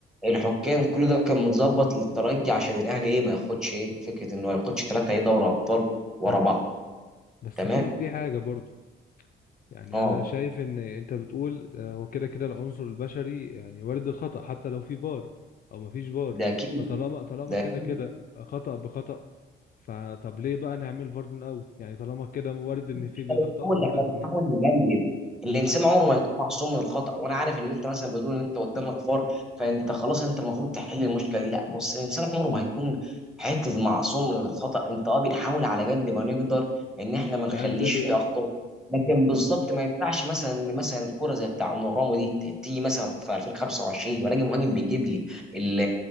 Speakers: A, in the centre; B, on the left.
A: الحكام كل ده كان متظبط للترجي عشان الاهلي ايه ما ياخدش ايه فكره انه ما ياخدش ثلاثه ايه دوري ابطال ورا
B: امم
A: بعض
B: بس
A: تمام
B: في في حاجه برضو يعني
A: اه
B: انا شايف ان انت بتقول آه، هو كده كده العنصر البشري يعني وارد الخطأ حتى لو في فار او ما فيش فار
A: ده اكيد
B: فطالما طالما
A: ده
B: كده
A: اكيد
B: كده خطأ بخطأ فطب ليه بقى نعمل فار من الاول يعني طالما كده وارد ان في
A: احنا
B: خطأ
A: بنحاول
B: وارد
A: احنا
B: ان
A: بنحاول نقلل
B: امم
A: الانسان عمره ما يكون معصوم من الخطا وانا عارف ان انت مثلا بدون ان انت قدامك فار فانت خلاص انت المفروض تحل المشكله دي لا بص الانسان عمره ما هيكون حته معصوم من الخطا انت اه بنحاول على قد ما نقدر ان احنا ما نخليش
B: تقلله
A: فيه
B: يعني
A: اخطاء لكن
B: امم
A: بالظبط ما ينفعش مثلا ان مثلا كوره زي بتاع اونورامو دي ت- تيجي مثلا في 2025 والاقي مهاجم بيجيب لي ال-